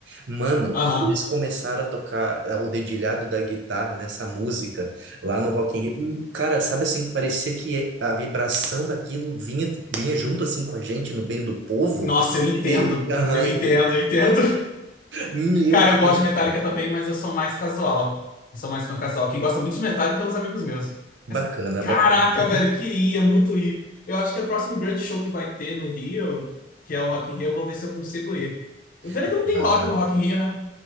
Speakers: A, on the right; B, on the left.
A: Mano,
B: Aham.
A: quando eles começaram a tocar ah, o dedilhado da guitarra nessa música, lá no Rock in Rio, hum, cara, sabe assim, parecia que a vibração daquilo vinha, vinha junto assim com a gente, no meio do povo.
B: Nossa, eu entendo.
A: E, aham,
B: Eu entendo,
A: e-
B: eu entendo.
A: meu
B: Cara, eu gosto
A: Deus,
B: de Metallica
A: cara,
B: também, mas eu sou mais casual. Eu sou mais fã casual. Quem gosta muito de Metallica é os amigos meus.
A: bacana,
B: Mas, caraca,
A: bacana.
B: velho, queria muito ir. Eu acho que é o próximo grande show que vai ter no Rio, que é o Rock in Rio, eu vou ver se eu consigo ir. O pena
A: <laughs>
B: é que não tem rock no Rock in Rio, né?